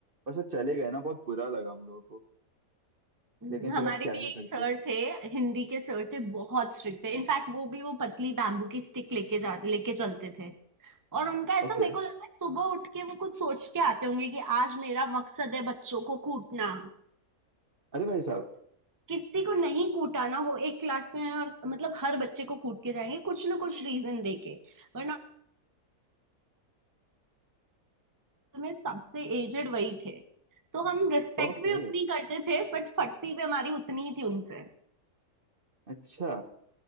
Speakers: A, on the right (about 40°); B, on the right (about 15°).
A: बस वो चले गए ना बहुत बुरा लगा हम लोगों को
B: हम्म,
A: लेकिन फिर
B: हमारे
A: अब क्या
B: भी
A: ही
B: एक
A: करते
B: सर थे हिंदी के सर थे बहुत स्ट्रिक्ट थे इनफैक्ट वो भी वो पतली बैम्बू की स्टिक लेके जा लेके चलते थे और उनका ऐसा
A: ओके
B: मेरे को लगता है सुबह उठ के वो कुछ सोच के आते होंगे कि आज मेरा मकसद है बच्चों को कूटना
A: अरे भाई साहब
B: किसी को नहीं कूटा ना वो एक क्लास में है और मतलब हर बच्चे को कूट के जाएंगे कुछ ना कुछ रीजन देके वरना में सबसे एजेड वही थे तो हम रिस्पेक्ट
A: ओके
B: भी उतनी करते थे बट फटती भी हमारी उतनी ही थी उनसे
A: अच्छा